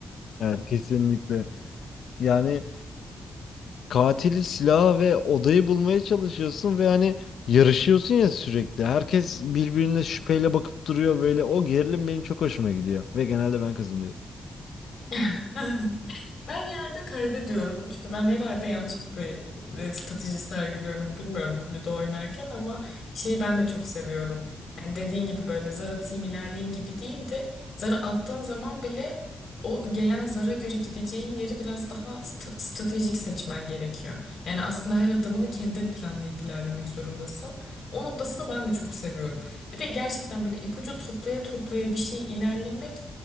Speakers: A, on the left (about 80°); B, on the left (about 55°).
A: Evet, kesinlikle. Yani katili, silahı ve odayı bulmaya çalışıyorsun ve hani yarışıyorsun ya sürekli. Herkes birbirine şüpheyle bakıp duruyor böyle. O gerilim benim çok hoşuma gidiyor ve genelde ben kazanıyorum.
B: <laughs> <laughs> Ben genelde kaybediyorum çünkü ben herhalde yanlış bir e, strateji sergiliyorum bilmiyorum kulüde oynarken ama şeyi ben de çok seviyorum. Yani dediğin gibi böyle zar atayım ilerleyeyim gibi değil de zarı attığın zaman bile o gelen zara göre gideceğin yeri biraz daha st- stratejik seçmen gerekiyor. Yani aslında her adımını kendin planlayıp ilerlemek zorundasın. O noktasını ben de çok seviyorum. Bir de gerçekten böyle ipucu toplaya toplaya bir şey ilerlemek